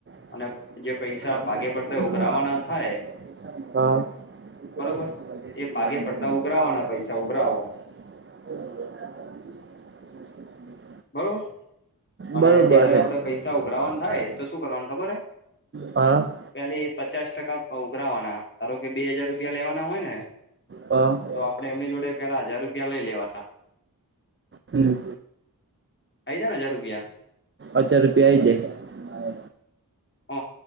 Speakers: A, on the right; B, on the left.
A: હા.
B: અને જે પૈસા ભાગે પડતા ઉઘરાવાના થાય
A: કરાોકરા.
B: બરોબર એ ભાગે પડતા ઉઘરાવાના પૈસા ઉઘરાવો
A: હમ.
B: બરોબર અને
A: બરોબર
B: જયારે
A: છેે.
B: આપડે પૈસા ઉઘરાવાના થાય તો શું કરવાનું ખબર હે
A: હા.
B: પેલી પચાસ ટકા ઉઘરાવાના ધારો કે બે હજાર રૂપિયા લેવાના હોય ને
A: હા.
B: તો આપડ એમની જોડે પેલા હજાર રૂપિયા લઈ લેવાના.
A: હમ.
B: આઈ જાય ને હજાર રૂપિયા
A: અછાર રૂપિયા આવી જાય.
B: હ